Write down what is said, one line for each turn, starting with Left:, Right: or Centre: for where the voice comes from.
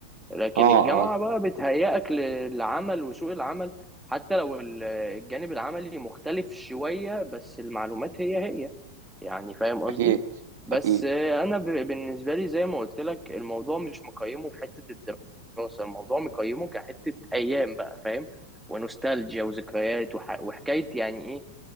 Centre: لكن
Right: اه
Centre: الجامعة
Right: اه
Centre: بقى بتهيئك للعمل وسوق العمل حتى لو ال- الجانب العملي مختلف شوية بس المعلومات هي هي يعني فاهم قصدي
Right: اكيد
Centre: بس
Right: اكيد
Centre: آه، أنا ب- بالنسبة لي زي ما قلت لك الموضوع مش مقيمه في حتة الدراسة الموضوع مقيمه كحتة أيام بقى فاهم ونوستالجيا وذكريات وح- وحكاية يعني إيه